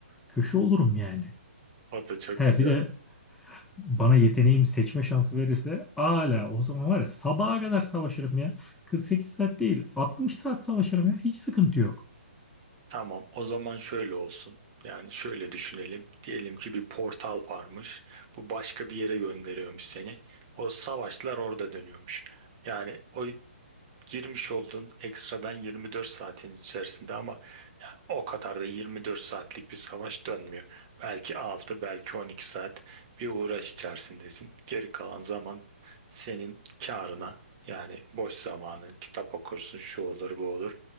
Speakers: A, in the centre; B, on the right.
A: Köşe olurum yani.
B: O da çok
A: He
B: güzel.
A: bir de bana yeteneğimi seçme şansı verirse ala o zaman var ya sabaha kadar savaşırım ya. 48 saat değil 60 saat savaşırım ya. Hiç sıkıntı yok.
B: Tamam, o zaman şöyle olsun. Yani şöyle düşünelim. Diyelim ki bir portal varmış. Bu başka bir yere gönderiyormuş seni. O savaşlar orada dönüyormuş. Yani o girmiş oldun ekstradan 24 saatin içerisinde ama ya o kadar da 24 saatlik bir savaş dönmüyor. Belki 6, belki 12 saat bir uğraş içerisindesin. Geri kalan zaman senin karına yani boş zamanın kitap okursun, şu olur bu olur.